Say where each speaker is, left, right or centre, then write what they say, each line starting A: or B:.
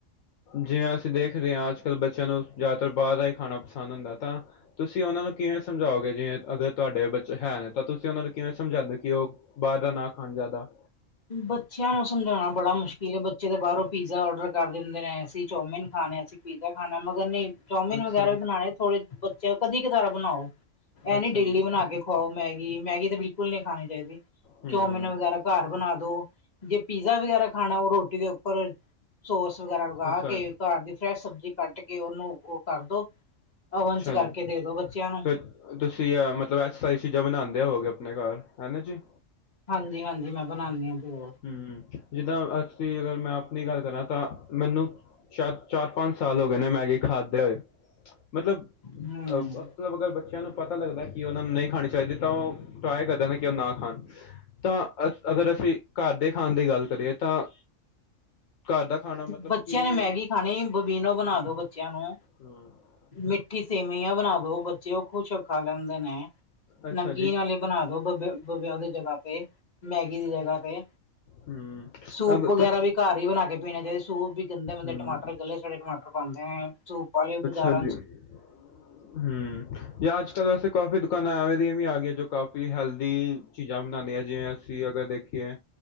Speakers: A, on the left; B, on the left.
A: ਜਿਵੇਂ ਅਸੀਂ ਦੇਖ ਰਹੇ ਹਾਂ ਅੱਜ ਕੱਲ੍ਹ ਬੱਚਿਆਂ ਨੂੰ ਜ਼ਿਆਦਾਤਰ ਬਾਹਰ ਦਾ ਹੀ ਖਾਣਾ ਪਸੰਦ ਹੁੰਦਾ ਤਾਂ ਤੁਸੀਂ ਉਹਨਾਂ ਨੂੰ ਕਿਵੇਂ ਸਮਝਾਓਗੇ ਜੇ ਅਗਰ ਤੁਹਾਡੇ ਬੱਚੇ ਹੈ ਨੇ ਤਾਂ ਤੁਸੀਂ ਉਹਨਾਂ ਨੂੰ ਕਿਵੇਂ ਸਮਝਾਉਦੇ ਹੋ ਕਿ ਉਹ ਬਾਹਰ ਦਾ ਨਾ ਖਾ ਜ਼ਿਆਦਾ
B: ਬੱਚਿਆਂ ਨੂੰ ਸਮਝਾਉਣਾ ਬੜਾ ਮੁਸ਼ਕਿਲ ਬੱਚੇ ਦੇ ਬਾਹਰੋਂ ਪੀਜ਼ਾ ਔਡਰ ਕਰ ਦਿੰਦੇ ਨੇ ਅਸੀਂ ਚੌਮਿਨ ਖਾਣੇ ਅਸੀਂ ਪੀਜ਼ਾ ਖਾਣਾ ਮਗਰ ਨਹੀਂ ਚੌਮਿਨ
A: ਅੱਛਾ
B: ਵਗੈਰਾ ਵੀ ਬਣਾਣੇ ਥੋੜੇ ਬੱਚੇ ਕਦੀ ਕਦਾਰ ਬਣਾਓ ਇਹ
A: ਅੱਛਾ
B: ਨੀ ਡੇਲੀ
A: ਜੀ
B: ਬਣਾ ਕੇ ਖਾਓ ਮੈਗੀ-ਮੈਗੀ ਤੇ ਬਿਲਕੁਲ ਨਹੀਂ ਖਾਣੀ ਚਾਹੀਦੀ
A: ਹੂੰ
B: ਚੌਮਿਨ ਵਗੈਰਾ ਘਰ ਬਣਾ ਔ ਜੇ ਪੀਜ਼ਾ ਵਗੈਰਾ ਖਾਣਾ ਉਹ ਰੋਟੀ ਦੇ ਉੱਪਰ ਸੋਸ ਵਗੈਰਾ ਲਗਾ
A: ਅੱਛਾ
B: ਕੇ ਘਰ ਦੀ ਫਰੈਸ਼ ਸਬਜ਼ੀ ਕੱਟ ਕੇ ਉਹਨੂੰ ਉਹ ਕਰਦੋ ਓਵਨ
A: ਅੱਛਾ
B: ਚ ਕਰਕੇ
A: ਜੀ ਫ
B: ਦੇ ਦੋ ਬੱਚਿਆਂ ਨੂੰ
A: ਤੁਸੀਂ ਮਤਲਬ ਐ ਸਾਰੀ ਚੀਜ਼ਾਂ ਬਣਾਉਂਦੇ ਆ ਹੋਵਗੇ ਆਪਣੇ ਘਰ ਹੈਨਾ ਜੀ
B: ਹਾਂਜੀ ਹਾਂਜੀ ਮੈਂ ਬਣਾਉਂਦੀ ਹਾਂ ਤੇ ਉਹ
A: ਹਮ ਜਿੱਦਾਂ ਅ ਤੇ ਅਗਰ ਮੈਂ ਆਪਣੀ ਗੱਲ ਕਰਾਂ ਤਾਂ ਮੈਨੂੰ ਚਾ-ਚਾਰ ਪੰਜ ਸਾਲ ਹੋ ਗਏ ਨੇ ਮੈਗੀ ਖਾਦ ਦੇਹੋ ਮਤਲਬ
B: ਹਮ
A: ਅ ਮਤਲਬ ਅਗਰ ਬੱਚਿਆਂ ਨੂੰ ਪਤਾ ਲੱਗਦਾ ਕਿ ਉਹ ਨੂੰ ਨਹੀਂ ਖਾਣੀ ਚਾਹੀਦੀ ਤਾਂ ਉਹ ਟਰਾਈ ਕਰਦੇ ਨੇ ਕਿ ਉਹ ਨਾ ਖਾਣ ਤਾਂ ਅ ਅਗਰ ਅਸੀਂ ਘਰ ਦੇ ਖਾਣ ਦੀ ਗੱਲ ਕਰੀਏ ਤਾਂ ਘਰ ਦਾ ਖਾਣਾ ਮਤਲਬ
B: ਬੱਚਿਆਂ
A: ਕਿਵੇਂ
B: ਨੇ ਮੈਗੀ ਖਾਣੀ ਬਬੀਨੋ ਬਣਾ ਦੋ ਬੱਚਿਆਂ ਨੂੰ
A: ਹੂੰ
B: ਮਿੱ ਕਿ ਸੇਵਿਂਯਾਂ ਬਣਾ ਦੋ ਉਹ ਖੁਸ਼ ਔਖਾ ਲੈਂਦੇ ਨੇ ਹੈ
A: ਅੱਛਾ
B: ਨਮਕੀਨ
A: ਜੀ
B: ਵਾਲੇ ਬਣਾ ਦੋ ਬਬੇ ਬਬੇ ਉਹਦੇ ਜਗ੍ਹਾ ਤੇ ਮੈਗੀ ਦੀ ਜਗ੍ਹਾ ਤੇ
A: ਹੂੰ,
B: ਸੂਪ ਵਗੈਰਾ
A: ਤੁਸੀਂ
B: ਵੀ ਘਰ ਹੀ ਬਣਾ ਕੇ ਪੀਣੇ ਚਾਹੀਦਾ ਸੂਪ ਵੀ ਕਹਿੰਦੇ ਬਦੇ
A: ਹੂੰ
B: ਟਮਾਟਰ ਗੱਲੇ ਸੜੇ ਟਮਾਟਰ ਪਾਦੇ ਹੈ ਸੂਪ ਵਾਲੇ ਬਾਜ਼ਾਰਾਂ
A: ਹਾਂਜੀ
B: ਚ
A: ਹੂੰ ਜਾਂ ਅੱਜ-ਕੱਲ ਵੈਸੇ ਕਾਫੀ ਦੁਕਾਨ ਆ ਹੋ ਵੇ ਆ ਗਈ ਜੋ ਕਾਫ਼ੀ ਹੈਲਦੀ ਚੀਜ਼ਾਂ ਬਣਾਉਂਦੇ ਆ ਜਿਵੇਂ ਅਸੀਂ ਅਗਰ ਦੇਖੀਏ